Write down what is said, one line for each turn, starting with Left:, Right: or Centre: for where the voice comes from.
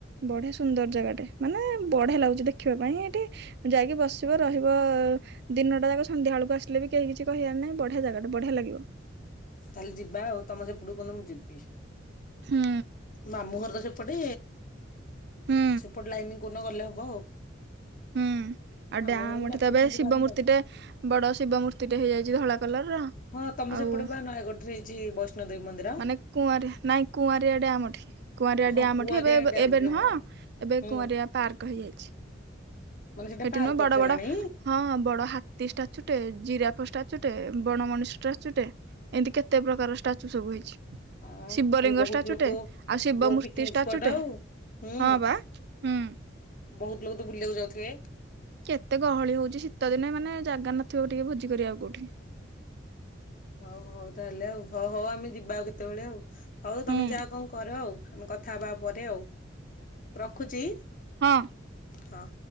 Right: ବଢିଆ ସୁନ୍ଦର ଜାଗାଟେ ମାନେ ବଢିଆ ଲାଗୁଛି ଦେଖିବା ପାଇଁ ଏଠି ଯାଇକି ବସିବ ରହିବ ଦିନଟା ଯା ସନ୍ଧ୍ୟାବେଳକୁ ଆସିଲେ ବି କେହି କିଛି କହିବାର ନାହିଁ ବଢିଆ ଜାଗା ବଢିଆ ଲାଗିବ
Left: ତାହେଲେ ଯିବା ଆଉ ତମର ସେପଟ କନ ମୁଁ ଯିବି
Right: ହୁଁ
Left: ମାମୁଁ ଘର ତ ସେପଟେ
Right: ହୁଁ
Left: ସେପଟେ ଲାଇନିଂ କନ ଗଲେ ହବ ଆଉ
Right: ହୁଁ ଆଉ
Left: ମାମୁଁ
Right: ଡାଁଠି
Left: ଘର ବି ଡାକୁଛନ୍ତି
Right: ତ ଏବେ ଶିବ
Left: ବାରମ୍ବାର।
Right: ମୂର୍ତ୍ତି ଟେ ବଡ ଶିବ ମୂର୍ତ୍ତି ଟେ ହେଇଯାଇଛି ଧଳା କଲର ର
Left: ହଁ ତମ
Right: ଆଉ
Left: ସେପଟେ ବା ନୟାଗଡ଼ରେ ହେଇଛି ବୈଷ୍ଣୋଦେବୀ ମନ୍ଦିର।
Right: ମାନେ କୁଆର ନାଇଁ କୁଆର କ ଡ ଉଠି କୁଆରଆ
Left: ହଁ
Right: ଡ୍ୟାମ୍
Left: କୁଆରିଆଣି
Right: ଉଠି ଏବେ
Left: ଡ୍ୟାମ
Right: ଏବେ
Left: କି
Right: ନୁହଁ
Left: ହଁ
Right: ଏବେ
Left: ହୁଁ
Right: କୁଆରଆ ପାର୍କ ହେଇଯାଇଛି
Left: ମାନେ ସେଟା
Right: ସେଠି
Left: ପାର
Right: ନୁହ
Left: କରି
Right: ବଡ
Left: ସାରିଲାଣି?
Right: ବଡ ହଁ ବଡ ହାତୀ ଷ୍ଟାଚୁଟେ ଜିରା ଷ୍ଟାଚୁ ଟେ ବଣମଣିଷ ଷ୍ଟାଚୁ ଟେ ଏମିତି କେତେ ପ୍ରକାର ଷ୍ଟାଚୁ ସବୁ ହେଇଛି
Left: ଆ
Right: ଶିବଲିଙ୍ଗ
Left: ତାହେଲେ ବହୁତ
Right: ଷ୍ଟାଚୁ
Left: ଲୋକ
Right: ଟେ ଆଉ ଶିବ
Left: ବୋ
Right: ମୂର୍ତ୍ତି
Left: ପିକନିକ
Right: ଷ୍ଟାଚୁ
Left: ସ୍ପଟ
Right: ଟେ
Left: ଆଉ ହୁଁ
Right: ହଁ ବା ହୁଁ
Left: ବହୁତ ଲୋକ ତ ବୁଲିବାକୁ ଯାଉଥିବେ
Right: କେତେ ଗହଳି ହଉଛି ଶୀତ ଦିନେ ମାନେ ଜାଗା ନଥିବ ଟିକେ ଭୋଜି କରିବାଉ କୋଉଠି
Left: ହଉ ହଉ ତାହେଲେ ଆଉ ହଉ ହଉ ଆମେ ଯିବା ଆଉ କେତେବେଳେ ଆଉ ହଉ
Right: ହୁଁ
Left: ତମେ ଯାହା କଣ କର ଆଉ ଆମେ କଥା ହେବା ପରେ ଆଉ ରଖୁଛି
Right: ହଁ।
Left: ହଁ